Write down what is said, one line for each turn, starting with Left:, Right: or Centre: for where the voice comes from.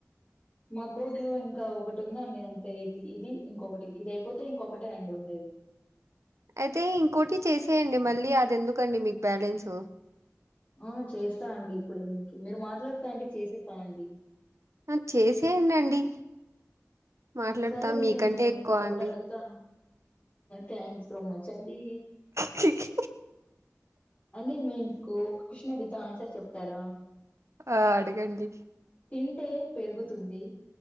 Left: మా కోడ్లో ఇంకా ఒకటి ఉందండి అంతే ఇది ఇది ఇంకొకటి ఇది అయిపోతే ఇంకొకటే అండి ఉండేది
Right: అయితే ఇంకోటి చేసేయండి మళ్ళీ అది ఎందుకుండి మీకు బ్యాలెన్సు
Left: ఆ చేస్త అండి ఇప్పుడే మికి మీరు మాట్లాడతా అంటే చేసేస్త అండి
Right: హా చేసేయండండి మాట్లాడతా
Left: సరేండి
Right: మీకంటే
Left: నేను మిమ్మల్ని
Right: ఎక్కువ
Left: ఒకటి
Right: అండి
Left: అడుగుతాను థ్యాంక్ యు సో మచ్ అండి
Right: ఖీ ఖి
Left: అంటే మీకు ఒక క్వశ్చన్ అడుగుతా ఆన్సర్ చెప్తార
Right: ఆ అడగండి
Left: తింటే పెరుగుతుంది